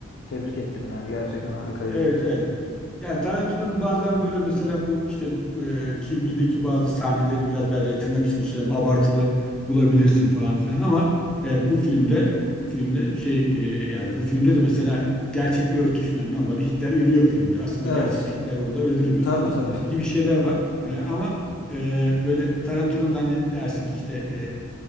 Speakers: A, on the left; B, in the centre.
A: tebrik ettim yani. Gerçekten harikaydı.
B: Evet evet. Yani Tarantino'nun bazen böyle mesela bu işte e, Kill Bill'deki bazı sahnelerini biraz böyle tırnak içinde söylüyorum abartılı bulabilirsin falan filan ama evet bu filmde bu filmde şey e, yani bu filmde de mesela gerçekle örtüşmeyen normalde Hitler ölüyor filmde aslında
A: Evet.
B: gerçekte Hitler orada öldürülmedi
A: Tabii
B: falan
A: tabii. <laughs>
B: gibi şeyler var. E, ama e, böyle Tarantino'nun da hani dersin ki işte e,